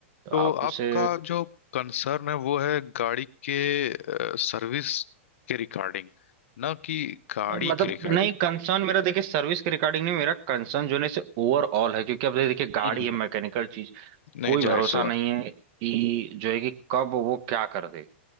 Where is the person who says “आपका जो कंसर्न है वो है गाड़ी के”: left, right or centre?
Left